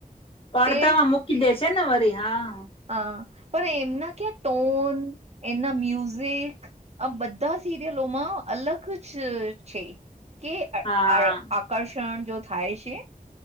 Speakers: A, on the left; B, on the right.
A: પડતામાં
B: તે
A: મૂકી દે છે ને વરી હા
B: હ પણ એમના ક્યાં ટોન, એમના મ્યુઝિક આ બધા સિરિયલોમાં અલગ જ છે. કે આ
A: હા
B: આકર્ષણ જો થાય છે.?